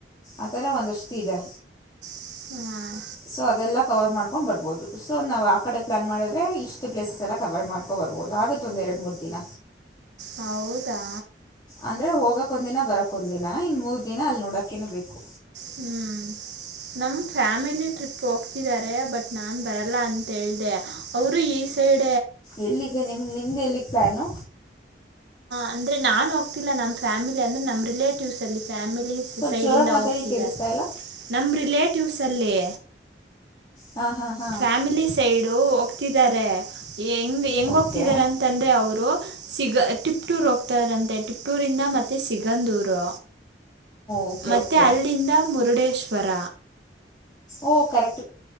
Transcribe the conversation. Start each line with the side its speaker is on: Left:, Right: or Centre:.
Left: ಆತರ ಒಂದಷ್ಟು ಇದೆ
Right: ಹ್ಮ
Left: ಸೊ ಅದೆಲ್ಲ ಕವರ್ ಮಾಡ್ಕೊಂಡು ಬರ್ಬೋದು ಸೊ ನಾವು ಆ ಕಡೆ ಪ್ಲ್ಯಾನ್ ಮಾಡಿದ್ರೆ ಇಷ್ಟು ಪ್ಲೇಸಸ್ ಎಲ್ಲ ಕವರ್ ಮಾಡ್ಕೊ ಬರ್ಬೋದು ಆಗುತ್ತೆ ಒಂದ ಎರಡು ಮೂರು ದಿನ
Right: ಹೌದಾ
Left: ಅಂದ್ರೆ ಹೋಗಕ್ ಒಂದ ದಿನ ಬರಕ್ ಒಂದ ದಿನ ಇನ್ ಮೂರ್ ದಿನ ಅಲ್ ನೋಡಕನೆ ಬೇಕು
Right: ಹ್ಮ್ ನಮ್ ಫ್ಯಾಮಿಲಿ ಟ್ರಿಪ್ ಹೋಗ್ತಿದ್ದಾರೆ ಬಟ್ ನಾನ್ ಬರಲ್ಲ ಅಂತ ಹೇಳ್ದ ಅವರು ಈ ಸೈಡ್
Left: ಎಲ್ಲಿಗೆ ನಿಮ ನಿಮ್ದ ಎಲ್ಲಿಗೆ ಪ್ಲಾನು
Right: ಅಂದ್ರೆ ನಾನ್ ಹೋಗ್ತಿಲ್ಲ ನ್ ಫ್ಯಾಮಿಲಿ ಅಂದ್ರೆ ನಮ್ಮ ರಿಲೇಟಿವಸ್ ಅಲ್ಲಿ ಫ್ಯಾಮಿಲಿ ಸು
Left: ಸ್ವಲ್ಪ
Right: ಸೈಡಿಂದ
Left: ಜೋರಾಗಿ ಮಾತಾಡಿ
Right: ಹೋಗ್ತಿದ್ದಾರೆ
Left: ಕೇಳಿಸ್ತಾ ಇಲ್ಲ
Right: ನಮ್ಮ ರಿಲೇಟ್ ರಿಲೇಟಿವ್ಸ್ ಅಲ್ಲಿ
Left: ಹಾಂ ಹಾಂ ಹಾಂ
Right: ಫ್ಯಾಮಿಲಿ ಸೈಡು ಹೋಗ್ತಿದ್ದಾರೆ ಹೆಂಗ್ ಹೆಂಗ
Left: ಓಕೆ
Right: ಹೋಗ್ತಿದ್ದಾರೆ ಅಂತಂದ್ರೆ ಅವರು ಸಿಗ ಟಿಪ್ಟೂರು ಹೋಗ್ತಾರಂತೆ ಟಿಪ್ಟೂರಿಂದ ಮತ್ತೆ ಸಿಗಂದೂರು
Left: ಓಕೆ
Right: ಮತ್ತೆ
Left: ಓಕೆ
Right: ಅಲ್ಲಿಂದ ಮುರುಡೆ ಶ್ವರ
Left: ಓ ಕರೆಕ್ಟ್